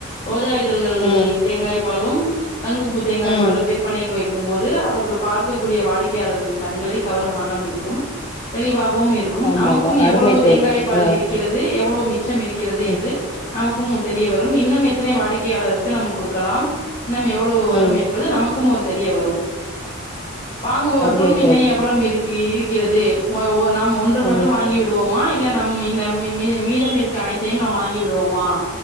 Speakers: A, on the left (about 40°); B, on the left (about 25°).
A: ரோஜா இ தல்கள்
B: ம்
A: தேங்காய் பாலும் சங்கு பூ தேங்காய்
B: ம்
A: பாலும் விற்பனைகு வை ருக்கும் போது அவர்கள் பார்க்கக்கூடிய வாடிக்கையாளர்களின் கண்களை கவரும் வண்ணம் இருக்கும் தெளிவா கவும் இருக்கும்
B: ஆமா
A: நமக்கும்
B: ஆமா அருமை
A: எவ்வளவு தேங்காய்
B: தோழி
A: பால்
B: ஆ
A: இருக்கிறது எவ்வளவு மிச் ச்சம் இருக்கிறது என்று
B: ம்
A: நமக்கும் தெரிய வரும் இன்னும் எத்தனை வாடிக்கையாளருக்கு நாம் கொடுக்கலாம் இன்னம் எவ்வளவு வரும்
B: ம்
A: என்பது நமக்கும் ஒரு தெரிய வரு வாங்கபவருக்கும்
B: அருமை
A: இன்னை
B: தோழி
A: எவ்ளோம் இருக்கு இ இருக்கிறது ம ஒ நாம் ஒன்று மட்டும்
B: ம்
A: வாங்கி விடுவோமா இல் ல்ல நம்மி -நம்மி மீதம் இருக் க அனைத்தையும் நாம் வாங்கிடுவோமா